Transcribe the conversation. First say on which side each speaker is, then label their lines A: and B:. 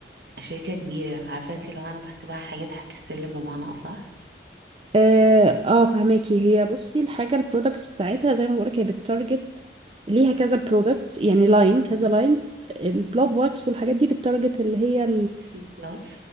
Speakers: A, on the right (about 60°); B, on the right (about 30°).
A: شركة كبيرة عارفة انت لو انا بحسبها حاجة تحت السلم بمعنى اصح
B: اه, آه فهماكي هي بصي الحاجة البرودكتس بتاعتها زي ما بقولك هي بتتارجت ليها كذا برودكت يعني لاين كذا
A: مم.
B: لاين البلوب واكس والحاجات دي بتتارجت اللي هي
A: سي بلس